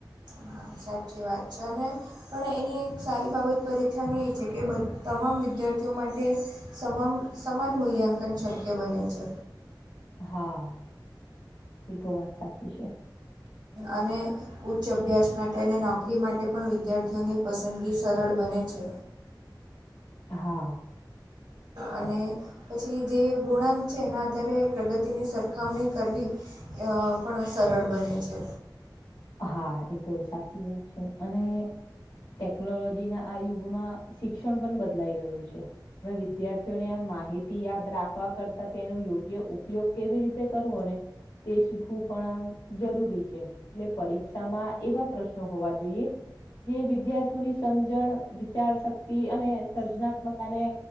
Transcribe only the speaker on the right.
હા સાચી વાત છે ને પણ એની એક સારી બાબત પરીક્ષાની એ છે કે તમામ વિદ્યાર્થીઓ માટે સમામ સમાન મૂલ્યાંકન શક્ય બને છે.
અને ઉચ્ચ અભ્યાસ માટે અને નોકરી માટે પણ વિદ્યાર્થીઓની પસંદગી સરળ બને છે.
અને પછી જે ગુણાંક છે એના આધારે પ્રગતિની સરખામણી કરવી. પણ સરળ બને છે.